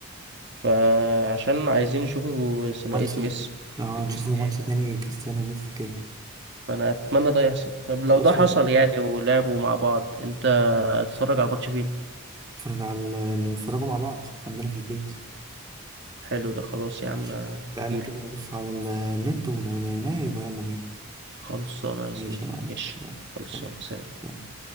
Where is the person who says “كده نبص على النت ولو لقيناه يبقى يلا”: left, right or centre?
Right